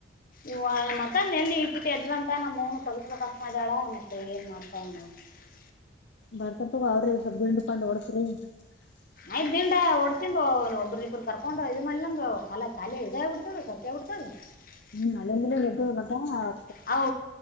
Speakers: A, on the left (about 50°); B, on the left (about 65°).
A: ಇವ ಮತ್ತಂದ ಎಲ್ಲಿ? ಇಟ್ಟಿಟ್ಟ ಎದ್ಂತ ನಮ್ಮ್ನು ತೊಗಸ್ಬೇಕಂತ ಮಾಡ್ಯಾಳ ಮತ್ತೆ! ಏನ್ ಮಾಡ್ತಾವಲಾ, ನೋಡೂ. <unintelligible>
B: ಬಾರ್ಕೋತೀವಿ ಆಡ್ರಿ ಸ್ವಲ್ಪ, ತಿಂಡು, ತಂದು ಹೊಡೆಸ್ರಿ. <unintelligible>
A: ಆಯ್ ದಿಂಡಾ ವರ್ಸಿದ್ ಒಬ್ರಿಬ್ಬರು ಕರ್ಕೊಂಡು ಇದ್ ಮಂದು, ಕಖಾಲಿ ಇದ ಆಗ್ ಬಿಡ್ತದೇ ಕಟ್ಟೆ ಹಾಗಿಬಿಡುತ್ತೆ. <unintelligible> ಹೌದ. <unintelligible>
B: ಹ್ಮ್, ಅಲ್ಲಂದೇ, ರೆಡಿ ನೋಟಾ. <unintelligible>
A: ಹೌ,